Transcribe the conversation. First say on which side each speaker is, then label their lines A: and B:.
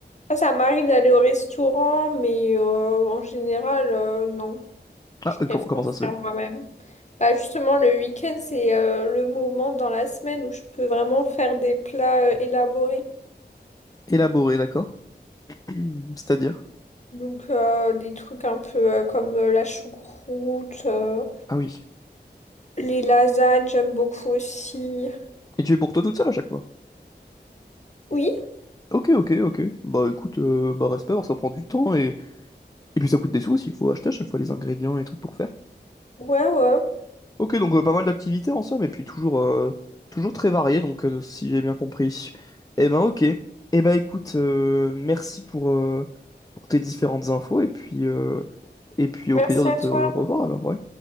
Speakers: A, on the left (about 40°); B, on the left (about 20°).
A: Ça, ça m'arrive d'aller au restaurant, mais euh, en général, euh, non.
B: Ah,
A: Je préfère
B: euh, comment, comment ça se
A: faire
B: fait?
A: moi-même. Bah justement, le week-end, c'est euh, le moment dans la semaine où je peux vraiment faire des plats euh, élaborés.
B: Élaboré, d'accord. <clears throat> C'est-à-dire?
A: Donc euh, des trucs un peu euh, comme euh, la choucroute, euh,
B: Ah oui.
A: les lasagnes, j'aime beaucoup aussi.
B: Et tu es pour toi toute seule à chaque fois?
A: Oui,
B: Ok, ok, ok. Bah écoute, euh, bah respect, alors ça prend du temps et... et puis ça coûte des sous aussi, il faut acheter à chaque fois les ingrédients et les trucs pour faire.
A: ouais, ouais.
B: Ok, donc euh, pas mal d'activités en somme, et puis toujours, euh, toujours très varié, donc euh, si j'ai bien compris. Eh ben ok. Eh ben écoute, euh, merci pour, euh, pour tes différentes infos et puis, euh, et puis au
A: Merci
B: plaisir de
A: à
B: te
A: toi.
B: revoir alors, ouais.